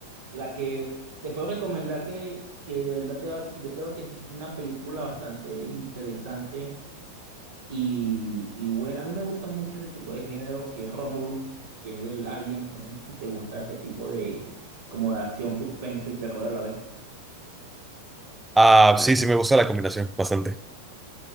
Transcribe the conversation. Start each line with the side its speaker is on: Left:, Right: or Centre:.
Right: La que te puedo recomendar que, que de verdad te va, yo creo que es una película bastante interesante y, y buena. A mí me gusta mucho ese tipo de género que es Romulus, que es del Alien. No sé si, si te gusta ese tipo de como de acción, suspenso y terror a la vez.
Centre: Ah, sí, sí me gusta la combinación, bastante.